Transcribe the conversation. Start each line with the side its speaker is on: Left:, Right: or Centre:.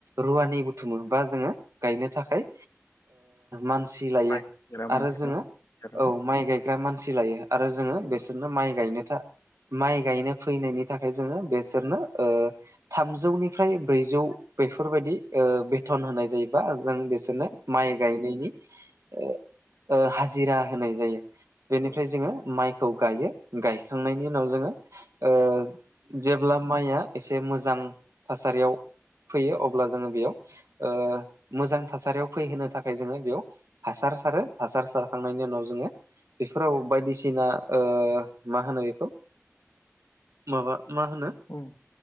Right: रुवानि बुथुमो बा जोंङो गायनो थाखाय मानसि लायो
Left: नागिरा मानसि
Right: आरो जोंङो।
Left: नागिरो आरोना
Right: औ माइ गायग्रा मानसि लायो आरो जोंङो बेसोरनो माइ गायनो था माइ गायनो फैनायनि थाखाय जोंङो बेसोरनो थामजौनिफ्राय ब्रैजौ बेफोरबायाददि बेथन होनाय जायोबा जों बे बिसोरनो माइ गायनायनि ओ हाजिरा होनाय जायो बेनिफ्राय
Left: औ
Right: जोङो माइखौ गायो गायखांनायनि उनाव जोङो ओ जेब्ला माइया एसे मोजां थासारियाव फैयो अब्ला जोङो बेयाव ओ मोजां थासारियाव फैहोनो थाखाय जोङो बेयाव हासार सारो हासार सारखांनायनि उनाव जोङो बेफोराव बायदिसिना ओ मा होनो बेखौ माबा मा होनो
Left: उम